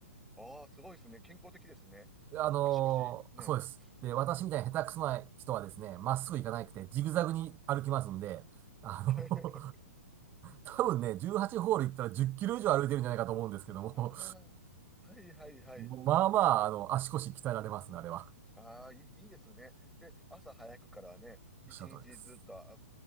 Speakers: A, in the centre; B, on the right (about 25°).
A: ああ、すごいですね。健康的ですね。
B: あの、
A: 足腰、ね。
B: そうです。で、私みたいに下手くそな人はですね、
A: うん。
B: まっすぐ行かなくて、ジグザグに歩きますんで、あの
A: <laughs>
B: <laughs> 多分ね、18ホール行ったら10キロ以上歩いてるんじゃないかと思うんですけども、
A: ああ、はいはいはい。
B: まあまあ、あの、足腰鍛えられますね、あれは。
A: ああ、いい、いいですね。で、朝早くからね、一日ずっとあ、
B: おっしゃる通りです。